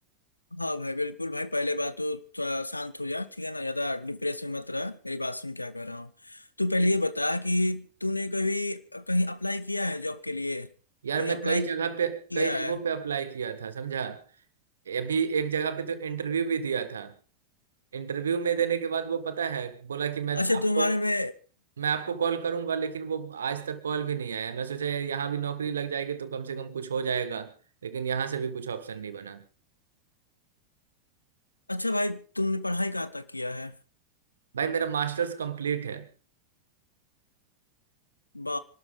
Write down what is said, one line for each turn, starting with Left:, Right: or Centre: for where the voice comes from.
Left: हाँ भाई बिल्कुल भाई पहले बात तो थोड़ा शांत हो जा ठीक है ना ज्यादा डिप्रेस में मत रह मेरी बात सुन क्या कर रहा हूँ तू पहले ये बता कि तूने कभी कहीं अप्लाई किया है जॉब के लिए कहीं
Right: यार मैं
Left: अप्लाई
Right: कई जगह पे
Left: किया
Right: कई जगहों
Left: है
Right: पे अप्लाई किया था समझा अभी एक जगह पे तो इंटरव्यू भी दिया था इंटरव्यू में देने के बाद वो पता है बोला कि मैं
Left: अच्छा
Right: आपको
Left: तुम्हारे में
Right: मैं आपको कॉल करूंगा लेकिन वो आज तक कॉल भी नहीं आया मैं सोचा यार यहाँ भी नौकरी लग जाएगी तो कम से कम कुछ हो जाएगा लेकिन यहाँ से भी कुछ ऑप्शन नहीं बना
Left: अच्छा भाई तुमने पढ़ाई कहाँ तक किया है
Right: भाई मेरा मास्टर्स कंप्लीट है
Left: बा